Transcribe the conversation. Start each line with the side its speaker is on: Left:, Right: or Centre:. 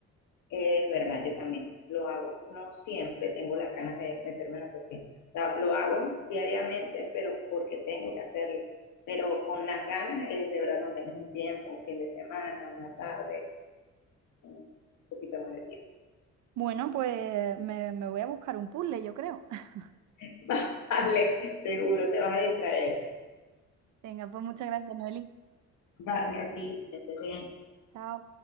Left: es verdad, yo también lo hago. No siempre tengo las ganas de meterme en la cocina. O sea, lo hago diariamente, pero porque tengo que hacerlo. Pero con las ganas, es de verdad no tenés un tiempo, un fin de semana, una tarde, un poquito más de tiempo.
Right: Bueno, pues me, me voy a buscar un puzzle, yo creo. <laughs>
Left: <laughs> Vale, seguro te vas a distraer.
Right: Venga, pues muchas gracias, Noeli.
Left: Vale, a ti, que estés bien.
Right: Chao.